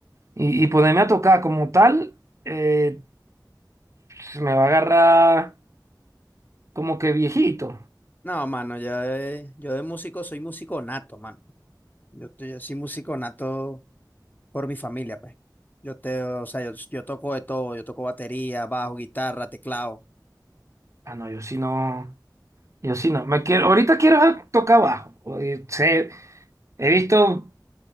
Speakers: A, on the right; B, on the left.
A: Y, y ponerme a tocar como tal, eh, se me va a agarrar como que viejito.
B: No, mano, ya de- yo de músico soy músico nato, mano. Yo, te- yo soy músico nato por mi familia, pues. Yo te, o sea, yo, yo toco de todo, yo toco batería, bajo, guitarra, teclado.
A: Ah, no, yo sí no, yo sí no. Me quiero, ahorita quiero tocar bajo. Eh, sé- he visto,